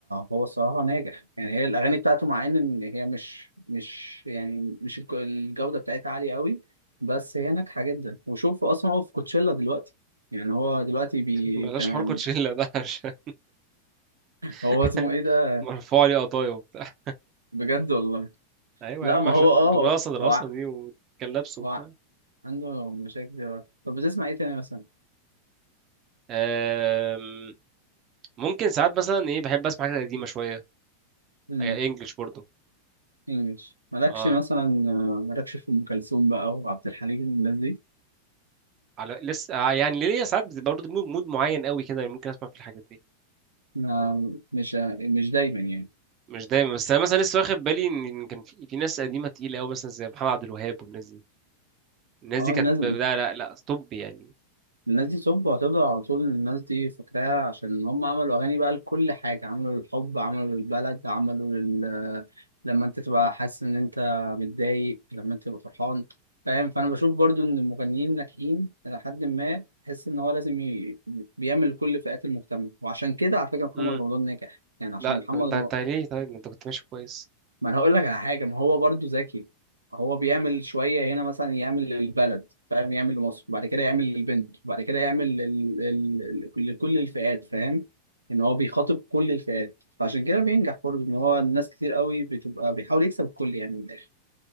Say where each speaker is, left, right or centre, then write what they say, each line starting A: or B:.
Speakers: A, on the right; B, on the right.
A: هو الصراحة ناجح يعني هي الأغاني بتاعته مع إن إن هي مش مش يعني مش الك- الجودة بتاعتها عالية قوي بس هي ناجحة جدا وشوف أصلا هو في كوتشيلا دلوقتي يعني هو دلوقتي بي
B: <laughs> بلاش
A: كان
B: حركة شلة ده عشان <laughs>
A: هو اسمه إيه ده
B: مرفوع عليه قطايا وبتاع
A: بجد والله
B: <laughs> أيوة
A: لا
B: يا عم
A: ما
B: عشان
A: هو آه
B: الرقصة
A: هو
B: الرقصة
A: هو, ع-
B: دي وكان لابسه وبتاع
A: هو ع- عنده مشاكل دلوقتي طب بتسمع إيه تاني مثلا؟
B: آم، ممكن ساعات مثلا إيه بحب أسمع حاجات قديمة شوية
A: امم
B: هي انجلش برضو
A: إنجلش مالكش
B: اه
A: مثلا مالكش في أم كلثوم بقى وعبد الحليم والناس دي
B: على لسه آه يعني ليا ساعات بتبقى برضو مود مود معين قوي كده ممكن اسمع في الحاجات دي
A: ما- مش مش دايما يعني
B: مش دايما بس انا مثلا لسه واخد بالي ان إن كان في, في ناس قديمه تقيله قوي مثلا زي محمد عبد الوهاب والناس دي الناس
A: اه
B: دي كانت
A: الناس
B: ب- لا لا لا طب يعني
A: الناس دي سب وهتفضل على طول الناس دي فاكراها عشان هم عملوا أغاني بقى لكل حاجة عملوا للحب عملوا للبلد عملوا لل... لما أنت تبقى حاسس إن أنت متضايق لما أنت تبقى فرحان فاهم فأنا بشوف برضو إن المغنيين الناجحين إلى حد ما تحس إن هو لازم ي... بيعمل لكل فئات المجتمع وعشان كده على فكرة محمد
B: امم
A: رمضان ناجح يعني عشان
B: لا
A: محمد
B: طب انت
A: رمضان
B: انت ليه طيب ما انت كنت ماشي كويس
A: ما انا هقول لك على حاجه ما هو برضو ذكي هو بيعمل شويه هنا مثلا يعمل للبلد فاهم يعمل لمصر وبعد كده يعمل للبنت وبعد كده يعمل لل... لل... لل- لكل الفئات فاهم ان هو بيخاطب كل الفئات فعشان كده بينجح برضو ان هو الناس كتير قوي بتبقى بيحاول يكسب الكل يعني من الاخر